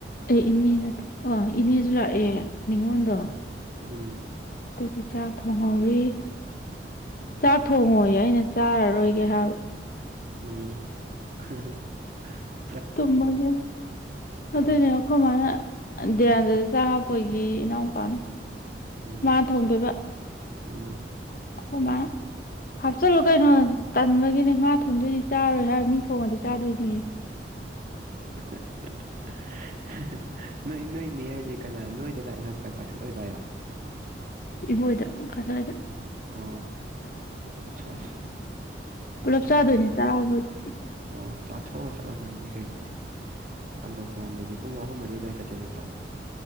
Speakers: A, on the left (about 50°); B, on the right (about 45°).
A: ꯑꯦ ꯏꯅꯦꯩꯅꯦ ꯑꯣ ꯏꯅꯤꯖꯂ ꯑꯦ ꯅꯤꯡꯉꯣꯗꯣ
B: ꯎꯝ
A: ꯑꯗꯒꯤ ꯆꯥꯛ ꯊꯣꯡꯍꯧꯔꯤ
B: ꯎꯝ
A: ꯆꯥꯊꯣꯛ ꯍ ꯌꯥꯏꯅꯦ ꯆꯥꯔꯔꯣꯏꯒꯦ ꯍꯥꯏꯕ
B: ꯍꯝ <inaudible>
A: ꯇꯃꯒꯤꯅꯦ
B: ꯎꯝ
A: ꯑꯗꯅꯦꯈꯣ ꯃꯥ ꯗꯤꯔꯟꯗꯗ ꯆꯥꯛ ꯍꯥꯞꯄꯒꯤ ꯏꯅꯥꯎꯄꯥꯅꯤ
B: ꯎꯝ
A: ꯃꯥ ꯊꯣꯡꯗꯣꯏꯕ
B: ꯎꯝ
A: ꯑꯗꯨꯃꯥꯏ ꯍꯥꯞꯆꯤꯜꯂꯨ ꯀꯩꯅꯣ ꯇꯟꯕꯒꯤꯅꯦ ꯃꯥ ꯊꯣꯡꯗꯣꯏꯗꯤ ꯆꯥꯔꯣꯏ ꯍꯥꯏ ꯃꯤ ꯊꯣꯡꯉꯗꯤ ꯆꯥꯗꯣꯏꯅꯤ
B: <unintelligible> ꯅꯣꯏ ꯅꯣꯏꯅꯦ ꯍꯥꯏꯖꯤꯛ ꯀꯅꯥ ꯅꯣꯏꯗ ꯂꯥꯛꯏꯦ ꯅꯠꯇ꯭ꯔ ꯀꯥꯁꯤꯂ ꯂꯥꯛꯏꯔꯥ
A: ꯏꯕꯣ ꯏꯗ ꯀꯁꯗ
B: ꯑꯣ ꯑꯆꯥ ꯑꯆꯥ
A: ꯄꯨꯂꯞ ꯆꯥꯗꯣꯏꯅꯤ ꯆꯥꯕꯗꯤ
B: ꯑꯣ ꯆꯥꯊꯣꯛꯑꯒ ꯆꯠꯂ ꯅꯪꯅꯤ ꯀꯩꯅꯣꯅꯤ ꯑꯥꯂꯨ ꯍꯣꯡꯕꯗꯤ ꯄꯨꯡ ꯑꯍꯨꯝ ꯃꯗꯤ ꯑꯗꯨꯋꯥꯏ ꯆꯠꯇꯣꯏ ꯅꯠꯇ꯭ꯔꯣ